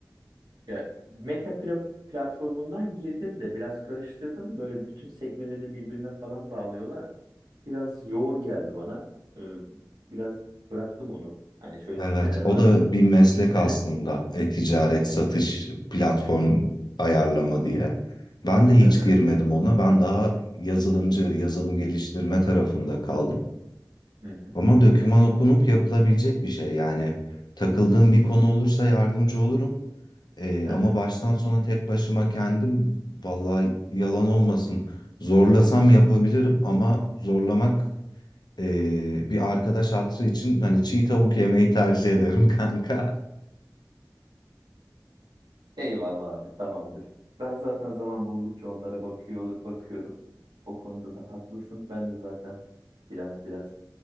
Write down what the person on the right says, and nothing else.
Ya Meta pla- platformundan girdim de biraz karıştırdım. Böyle bütün sekmelerini birbirine falan bağlıyorlar. Biraz yoğun geldi bana. Ee, biraz bıraktım onu. Hani şöyle
bir kenara
bıraktım.
<laughs>
Hı hı,
hı hı,
hı hı.
Eyvallah abi tamamdır. Ben zaten zaman buldukça onlara bakıyor, bakıyorum. O konuda da haklısın. Ben de zaten biraz biraz